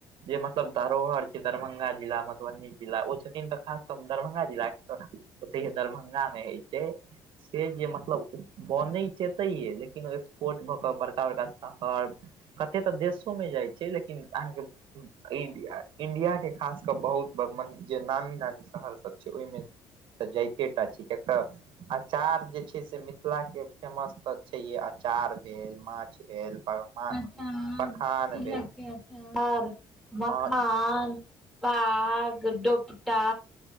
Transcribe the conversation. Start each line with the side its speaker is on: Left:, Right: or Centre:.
Right: जे मतलब धरोहर छै दरभंगा जिला मधुबनी जिला ओ छथिन त खासकर क दरभंगा जिलाके त ओतहि दरभंगा मे होइ छै से जे मतलब बनै छै एतैये लेकिन पोर्ट भऽ कऽ बड़का बड़का शहर कते तऽ देशो में जाइ छै लेकिन अहाँके इंडिया के खास कऽ बहुत जे नामी नामी शहर सब छै ओहिमे तऽ जाइते टा छै कियाक तऽ अचार जे छै से मिथिला के फेमस तऽ छैे हे अचार भेल, माछ भेल पकवान
Centre: अचार,
Right: पखान
Centre: तिलक
Right: भेल
Centre: के अचार, मखान
Right: हँ
Centre: पाग, दोपटा